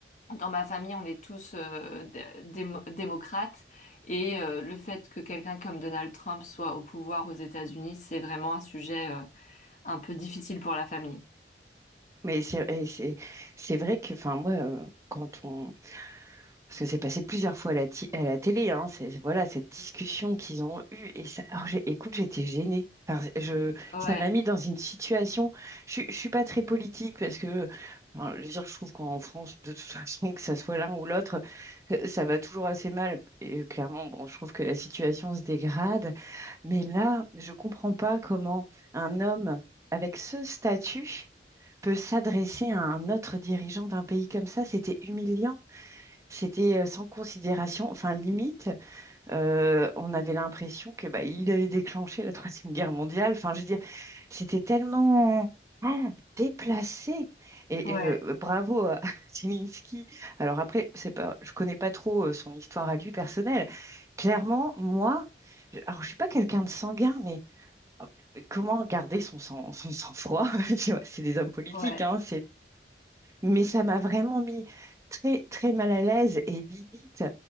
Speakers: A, on the left; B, on the right.
A: dans ma famille on est tous euh, dé- démo- démocrates et euh, le fait que quelqu'un comme Donald Trump soit au pouvoir aux États-Unis, c'est vraiment un sujet euh, un peu difficile pour la famille.
B: Mais c'est et c'est- c'est vrai que enfin moi, euh, quand on, Parce que c'est passé plusieurs fois à la, ti- à la télé, hein, c'est, voilà, cette discussion qu'ils ont eue. Et ça, alors j'ai- écoute, j'étais gênée. Enfin, je,
A: Ouais,
B: ça m'a mis dans une situation. Je ne suis pas très politique parce que enfin, je veux dire, je trouve qu'en France, de toute <laughs> façon, que ça soit l'un ou l'autre, euh, ça va toujours assez mal. Et euh, clairement, bon, je trouve que la situation se dégrade. Mais là, je ne comprends pas comment un homme avec ce statut peut s'adresser à un autre dirigeant d'un pays comme ça. C'était humiliant. C'était euh, sans considération, enfin limite, euh, on avait l'impression que bah, il allait déclencher la Troisième Guerre mondiale. Enfin, je veux dire, c'était tellement ah, déplacé. Et,
A: ouais,
B: et, euh, bravo à <laughs> Zelensky. Alors après, c'est pas, je connais pas trop euh, son histoire à lui personnelle. Clairement, moi, je- alors je suis pas quelqu'un de sanguin, mais euh, comment garder son sang, son sang-froid? <laughs> Tu vois, C'est des hommes politiques,
A: ouais,
B: hein, mais ça m'a vraiment mis très, très mal à l'aise et limite,